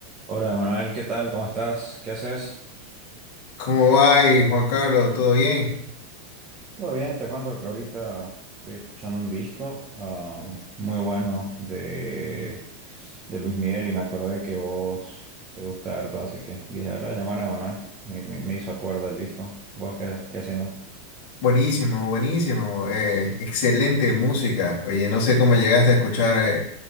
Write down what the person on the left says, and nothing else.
¿Cómo va, ahí, Juan Carlos? ¿Todo bien?
Buenísimo, buenísimo. eh, excelente música. Oye, no sé cómo llegaste a escuchar eh,